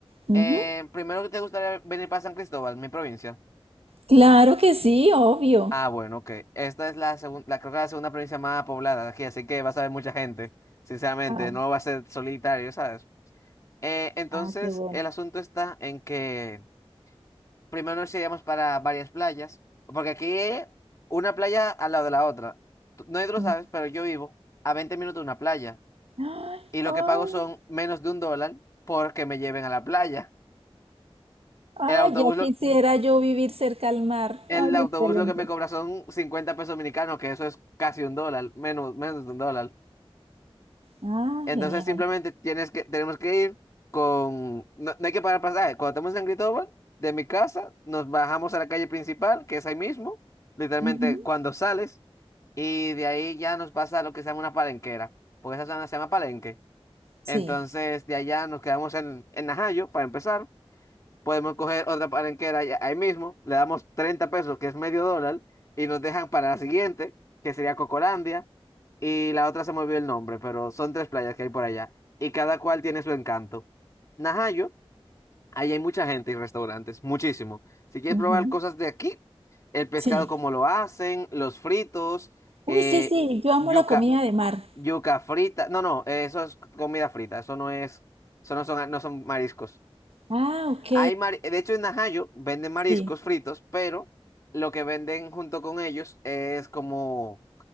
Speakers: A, on the right (about 75°); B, on the left (about 30°).
A: Ujú.
B: Eh, primero que te gustaría venir para San Cristóbal, mi provincia.
A: Claro que sí, obvio.
B: Ah, bueno, ok. Esta es la segunda, creo que la segunda provincia más poblada de aquí, así que vas a ver mucha gente, sinceramente,
A: Ah,
B: no va a ser solitario, ¿sabes? Eh, entonces,
A: ah, qué bueno.
B: el asunto está en que Primero nos iríamos para varias playas, porque aquí una playa al lado de la otra. Tú- No tú lo
A: Mm.
B: sabes, pero yo vivo a 20 minutos de una playa
A: Ay,
B: y lo
A: au.
B: que pago son menos de un dólar porque me lleven a la playa. El
A: Ay,
B: autobús
A: ya
B: lo,
A: quisiera yo vivir cerca al mar.
B: el
A: Ay,
B: autobús
A: excelente.
B: lo que me cobra son 50 pesos dominicanos, que eso es casi un dólar, menos, menos de un dólar.
A: Ah,
B: Entonces
A: genial.
B: simplemente tienes que, tenemos que ir con... No, no hay que pagar pasaje. Cuando estamos en San Cristóbal, de mi casa, nos bajamos a la calle principal, que es ahí mismo, literalmente
A: Ujú.
B: cuando sales. Y de ahí ya nos pasa a lo que se llama una palenquera, porque esa zona se llama palenque.
A: Sí.
B: Entonces, de allá nos quedamos en, en Najayo para empezar. Podemos coger otra palenquera ya- ahí mismo, le damos 30 pesos, que es medio dólar, y nos dejan para la siguiente, que sería Cocolandia. Y la otra se me olvidó el nombre, pero son tres playas que hay por allá, y cada cual tiene su encanto. Najayo Ahí hay mucha gente y restaurantes, muchísimo. Si quieres
A: ujú.
B: probar cosas de aquí, el pescado
A: Sí.
B: como lo hacen, los fritos,
A: Uy,
B: eh,
A: sí, sí, yo amo
B: yuca,
A: la comida de mar.
B: yuca frita. No, no, eh, eso es comida frita, eso no es, eso no son, no son mariscos.
A: Ah, ok.
B: Hay mari- de hecho, en Najayo venden mariscos
A: Sí.
B: fritos, pero lo que venden junto con ellos es como